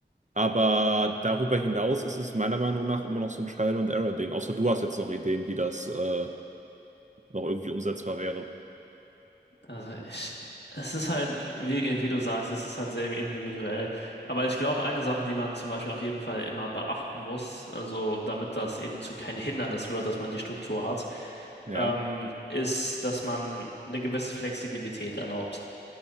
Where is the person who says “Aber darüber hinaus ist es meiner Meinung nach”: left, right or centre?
Right